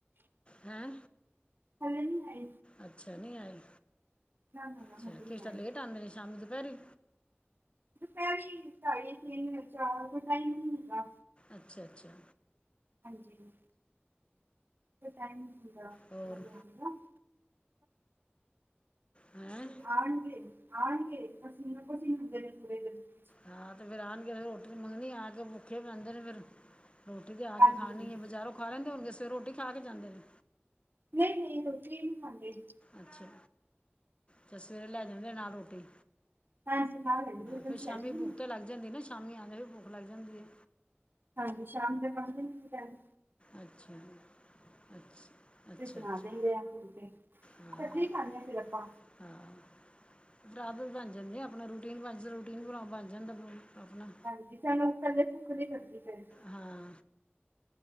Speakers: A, on the left; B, on the right.
A: ਹੈਂ
B: ਹਲੇ ਨੀ ਹੈ
A: ਅੱਛਾ ਨਹੀ ਆਏ।
B: ਨਾ ਨਾ
A: ਅੱਛਾ
B: ਹਲੇ ਨਹੀਂ
A: ਕਿਸ ਟਾਈਮ
B: ਆਏ
A: ਲੇਟ ਆਉਂਦੇ ਨੇ ਸ਼ਾਮ ਨੂੰ ਦੁਪਹਿਰੇ।
B: ਦੁਪਹਿਰੀ ਢਾਈ ਤਿੰਨ ਚਾਰ ਕੋ ਟਾਈਮ ਹੁੰਦਾ।
A: ਅੱਛਾ-ਅੱਛਾ।
B: ਹਾਂਜੀ, ਟਾਈਮ ਹੁੰਦਾ
A: ਹੋਰ
B: ਜਾਣ ਦਾ।
A: ਹੈਂ
B: ਆਣਗੇ। ਹਾਂਜੀ ਪਸਿਨੋ ਪਸੀਨੇ ਹੋ ਗਏ ਨੇ ਪੂਰੇ ਦਿਨ। ਵਿੱਚ।
A: ਹਾ ਤੇ ਫੇਰ ਆਣਗੇ ਫਿਰ ਰੋਟੀ ਮੰਗਣੀ ਆ ਕੇ ਭੁੱਖੇ ਜਾਂਦੇ ਨੇ ਫਿਰ। ਰੋਟੀ ਦੇ ਆ
B: ਹਾਂਜੀ
A: ਕੇ ਖਾਣੀ
B: ਹਾਂਜੀ
A: ਹੈ ਬਜ਼ਾਰੋ ਖਾ ਲੈਂਦੇ ਹੋਣਗੇ ਸਵੇ ਰੋਟੀ ਖਾ ਕੇ ਜਾਂਦੇ ਨੇ।
B: ਨਈ-ਨਈ ਰੋਟੀ ਨੀ ਖਾਂਦੇ ਜੀ।
A: ਅੱਛਾ, ਫੇਰ ਸਵੇਰੇ ਲੈ ਜਾਂਦੇ ਨਾਲ ਰੋਟੀ।
B: ਹਾਂਜੀ ਹਾਂ ਰਹਿੰਦੇ
A: ਫੇਰ
B: ਨੇ ਛੱਡਦੇ
A: ਸ਼ਾਮੀ ਭੁੱਖ ਤੇ ਲੱਗ ਜਾਂਦੀ ਨਾ ਸ਼ਾਮੀ ਆਂਦੇ ਨੇ ਭੁੱਖ ਲੱਗ ਜਾਂਦੀ ਹੈ।
B: ਹਾਂਜੀ ਸ਼ਾਮ ਦੇ ਪੰਜ ਵਜੇ ਟੈਮ।
A: ਅੱਛਾ-ਅੱਛਾ, ਅੱਛਾ-ਅੱਛਾ।
B: ਫਿਰ ਬਣਾ ਦੇਂਗੇ ਆ ਫੁਲਕੇ ਇਕੱਠੇ
A: ਹਾ-ਹਾ
B: ਹੀ ਖਾਂਦੇ ਹਾਂ ਫਿਰ ਆਪਾਂ
A: ਬਰਾਬਰ ਬਣ ਜਾਂਦੀਆਂ ਆਪਣੇ ਰੂ ਰਟੀਨ ਬਚ ਜਾ ਰੂਟੀਨ ਭਰਾ ਬਣ ਜਾਂਦਾ ਆਪਣਾ।
B: ਹਾਂਜੀ ਸਾਨੂੰ ਪਹਿਲੇ ਸੁੱਕ ਨੀ ਕਡੀ ਦੇ।
A: ਹਾਂ।